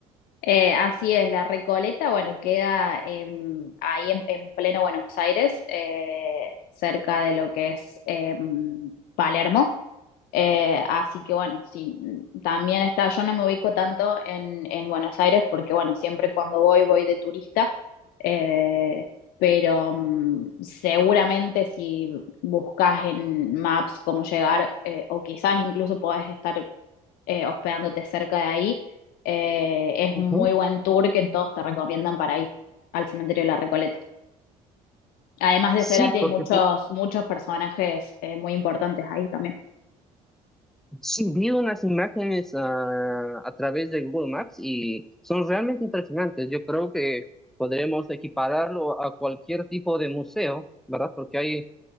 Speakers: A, on the left; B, in the centre.
A: Eh, así es, la Recoleta, bueno, queda em, ahí en, en pleno Buenos Aires, eh, cerca de lo que es em, Palermo. Eh, así que bueno, sí, también está, yo no me ubico tanto en, en Buenos Aires porque bueno, siempre cuando voy voy de turista, eh, pero mm, seguramente si buscas en Maps cómo llegar, eh, o quizás incluso podés estar eh, hospedándote cerca de ahí. Eh, es
B: Ujú.
A: un muy buen tour que todos te recomiendan para ir al cementerio de la Recoleta. Además de
B: Sí,
A: Cerati,
B: porque
A: hay muchos,
B: pu-
A: muchos personajes eh, muy importantes ahí también.
B: Sí, vi unas imágenes ah, a través de Google Maps y son realmente impresionantes. Yo creo que podremos equipararlo a cualquier tipo de museo, ¿verdad? Porque hay